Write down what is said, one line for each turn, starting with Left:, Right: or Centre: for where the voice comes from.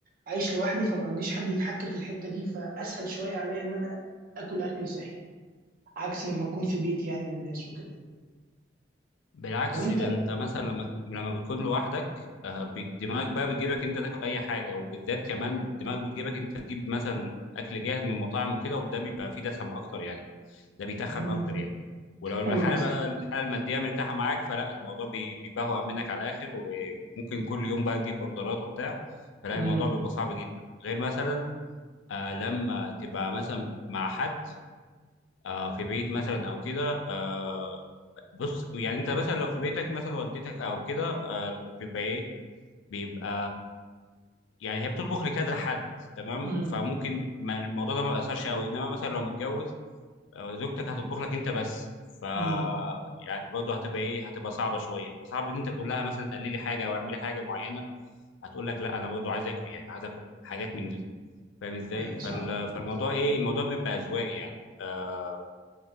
Right: عايش لوحدي فما عنديش حد يتحكم في الحته دي فاسهل شويه عليا ان انا اكل اكل صحي عكس لما اكون في بيتي يعني من الناس وكده
Left: بالعكس
Right: طب انت
Left: ده انت مثلا لما لما بتكون لوحدك آه، بت- دماغك بقى بتجيبك انت تاكل اي حاجه وبالذات كمان دماغك بتجيبك انت تجيب مثلا اكل جاهز من مطاعم وكده وده بيبقى فيه دسم اكتر يعني ده بيتخن
Right: <laughs>
Left: اكتر يعني ولو الحاله
Right: ايوه صح
Left: بقى الحاله الماديه مرتاحه معاك فلا الموضوع بي- بيبهوأ منك على الاخر وممكن كل يوم بقى تجيب اوردرات وبتاع فلا
Right: امم
Left: الموضوع بيبقى صعب جدا غير مثلا آه لما تبقى مثلا مع حد آه في بيت مثلا او كده آه بص يعني انت مثلا لو في بيتك مثلا والدتك او كده آه بيبقى ايه بيبقى يعني هي بتطبخ لكذا حد تمام
Right: امم
Left: فممكن ما- الموضوع ده ما بيأثرش قوي انما مثلا لو متجوز آه، زوجتك هتطبخ لك انت بس ف
Right: امم
Left: يعني برضه هتبقى ايه هتبقى صعبه شويه صعب ان انت تقول لها مثلا قللي حاجه او اعملي حاجه معينه هتقول لك لا انا برضه عايز اكل يعني عايز اكل حاجات من دي فاهم ازاي
Right: ايوه
Left: فال...
Right: صعب
Left: فالموضوع ايه الموضوع بيبقى اذواق يعني آه